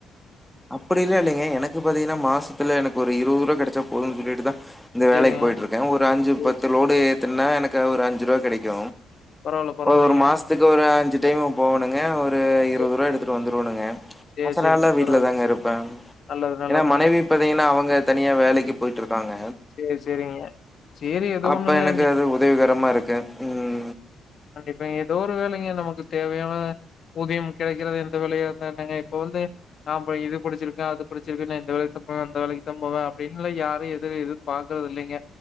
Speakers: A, in the centre; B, on the left (about 55°).
A: அப்படிலா இல்லீங்க எனக்கு பாத்தீங்கன்னா மாசத்துல எனக்கு ஒரு இருபது ரூப கிடைச்சா போதும்ன்னு சொல்லிட்டுதா இந்த
B: சரிங்க.
A: வேலைக்கு போய்ட்டுருக்க ஒரு அஞ்சு
B: சரி,
A: பத்து
B: சரி.
A: லோடு ஏத்துன்னா எனக்கு ஒரு அஞ்சு ரூபா கிடைக்கு
B: பரவால்ல, பரவால்லங்க.
A: ஒரு மாசத்துக்கு ஒரு அஞ்சு டைம் போவணுங்க ஒரு இருபது
B: சரி,
A: ரூபா எடுத்துட்டு வந்துருவனுங்க
B: சரி,
A: மத்தனாள்லா
B: சரிங்க.
A: வீட்டல
B: பரவால்ல.
A: தாங்க இருப்ப
B: நல்லது, நல்லதுங்க.
A: ஏனா மனைவி பாத்தீங்கன்னா அவங்க தனியா வேலைக்கு போய்ட்ருக்காங்க
B: சரி, சரிங்க. சரி, ஏதோ
A: அப்ப
B: ஒண்ணுங்க.
A: எனக்கு அது உதவிகரமா இருக்கு ம்
B: கண்டிப்பாங்க ஏதோ ஒரு வேலைங்க நமக்கு தேவையான ஊதியம் கிடைக்கறது எந்த வேலையா இருந்தா என்னங்க இப்ப வந்து நா ப இது படுச்சுருக்க அது படுச்சுருக்க நா இந்த வேலைக்குதா போவே அந்த வேலைக்குதா போவே அப்படீன்லா யாரு எதுவு இது பாக்கறது இல்லீங்க